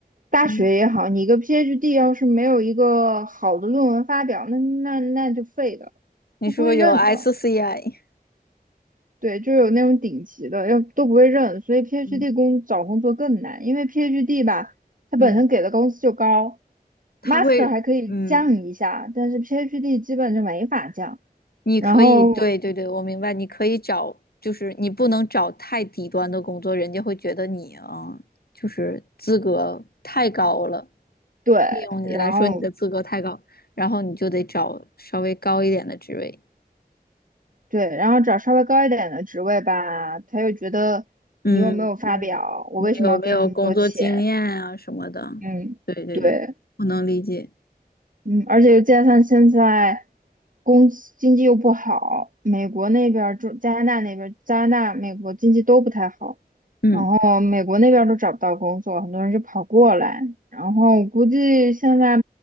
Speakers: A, on the right (about 60°); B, on the left (about 75°).
A: 大学也好，
B: 嗯
A: 你一个 PhD 要是没有一个好的论文发表，那那那就废的，
B: 你是不是有
A: 都不会认的。
B: SCI？
A: 对，就有那种顶级的，要都不会认，所以 PhD
B: 嗯
A: 工找工作更难，因为 PhD 吧，它本身给的工资就高
B: 嗯，他会，
A: ，Master 还可以降一下，
B: 嗯，
A: 但是 PhD 基本就没法降。
B: 你可以，
A: 然后
B: 对对对，我明白，你可以找，就是你不能找太低端的工作，人家会觉得你啊，就是资格太高了，
A: 对，
B: 利用你来说你的资格太高，
A: 然后
B: 然后你就得找稍微高一点的职位。
A: 对，然后找稍微高一点的职位吧，他又觉得你又没有发表，
B: 嗯嗯，
A: 我为什么要给你那么多钱？
B: 你有没有工作经验啊什么的？
A: 嗯，
B: 对对对，
A: 对。
B: 我能理解。
A: 嗯，而且又加上现在工资经济又不好，美国那边儿、中加拿大那边儿加拿大、美国经济都不太好，
B: 嗯。
A: 然后美国那边儿都找不到工作，很多人就跑过来，然后我估计现在